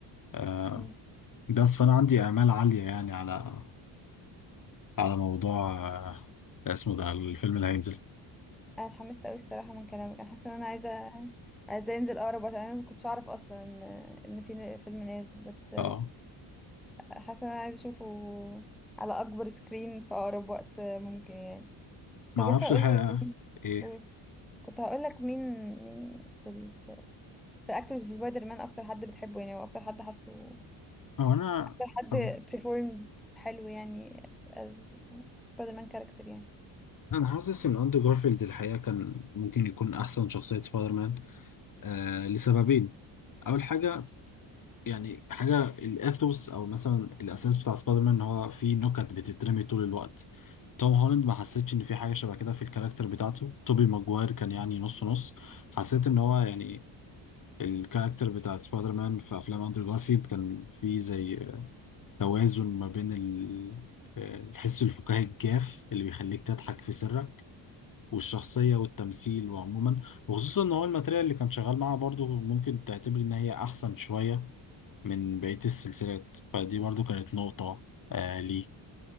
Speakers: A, on the left; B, in the centre.
A: آه،
B: مم.
A: بس فانا عندي امال عاليه يعني على على موضوع آه، اسمه ده الفيلم اللي هينزل
B: انا اتحمست قوي الصراحه من كلامك انا حاسه ان انا عايزه عايزه انزل اقرب وقت انا ما كنتش اعرف اصلا ان ان في فيلم نازل بس
A: اه
B: حاسه ان انا عايزه اشوفه على اكبر سكرين في اقرب وقت ممكن يعني
A: ما
B: طب
A: اعرفش
B: انت قول
A: الحقيقه
B: لي
A: ايه
B: قول كنت هقول لك مين مين في ال... في, في اكتورز سبايدر مان اكتر حد بتحبه يعني واكتر حد حاسه
A: هو انا
B: اكتر حد
A: حب...
B: performed حلو يعني as سبايدر مان كاركتر يعني
A: انا حاسس ان اندرو جارفيلد الحقيقه كان ممكن يكون احسن شخصيه سبايدر مان آه لسببين اول حاجه يعني حاجه الاثوس او مثلا الاساس بتاع سبايدر مان ان هو في نكت بتترمي طول الوقت توم هولاند ما حسيتش ان في حاجه شبه كده في الكاركتر بتاعته توبي ماجواير كان يعني نص نص حسيت ان هو يعني الكاركتر بتاعت سبايدر مان في افلام اندرو جارفيلد كان في زي توازن ما بين ال- آه، الحس الفكاهي الجاف اللي بيخليك تضحك في سرك والشخصية والتمثيل وعموما وخصوصا ان هو الماتريال اللي كان شغال معاها برضو ممكن تعتبر ان هي احسن شوية من بقية السلسلات فدي برضو كانت نقطة آه لي